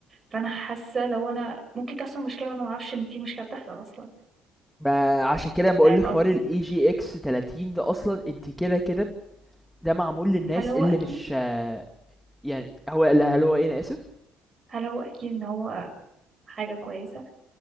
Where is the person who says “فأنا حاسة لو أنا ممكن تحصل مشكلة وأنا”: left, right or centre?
Right